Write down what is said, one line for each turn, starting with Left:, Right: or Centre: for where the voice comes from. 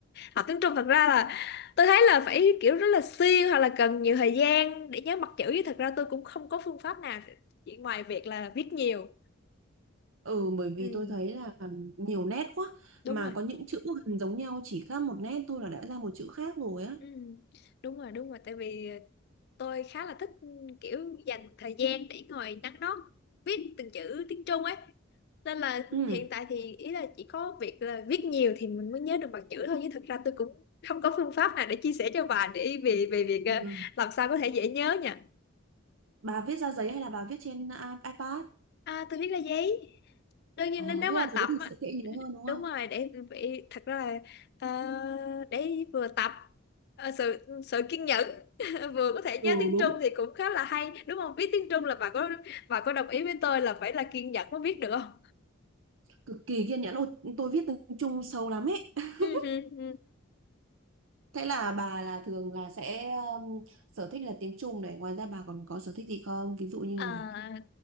Left: học tiếng Trung thật ra là tôi thấy là phải kiểu rất là siêng hoặc là cần nhiều thời gian để nhớ mặt chữ chứ thật ra tôi cũng không có phương pháp nào chỉ ngoài việc là viết nhiều
Right: Ừ, bởi
Left: ừ,
Right: vì tôi thấy là nhiều nét quá
Left: đúng
Right: mà
Left: rồi
Right: có những chữ gần giống nhau chỉ khác một nét thôi là đã ra một chữ khác rồi á.
Left: ừ, đúng rồi đúng rồi tại vì tôi khá là thích kiểu dành thời gian để ngồi nắn nót viết từng chữ tiếng Trung ấy nên là
Right: Ừ.
Left: hiện tại thì ý là chỉ có việc là viết nhiều thì mình mới nhớ được bằng chữ thôi chứ thực ra tôi cũng không có phương pháp nào để chia sẻ cho bà để về về việc ờ,
Right: Ừ.
Left: làm sao có thể dễ nhớ nha
Right: Bà viết ra giấy hay là bà viết trên i- iPad?
Left: à tôi viết ra giấy đương
Right: Ờ,
Left: nhiên nếu nếu
Right: viết
Left: mà
Right: ra giấy
Left: tập
Right: thì
Left: á,
Right: sẽ dễ nhớ hơn đúng
Left: đúng
Right: không?
Left: rồi để bị thật ra là ờ, để vừa tập ờ, sự sự kiên nhẫn <laughs> vừa có thể
Right: Ừ
Left: nhớ tiếng
Right: đúng,
Left: Trung thì cũng khá là hay đúng không biết tiếng Trung là bà có bà có đồng ý với tôi là phải là kiên nhẫn mới biết được không
Right: cực kỳ kiên nhẫn. Ôi, tôi viết tiếng Trung sâu lắm ấy.
Left: Ừ,
Right: <laughs>
Left: ừ, ừ.
Right: Thế là bà là thường là sẽ um, sở thích là tiếng Trung này. Ngoài ra bà còn có sở thích gì không? Ví dụ như
Left: À,
Right: là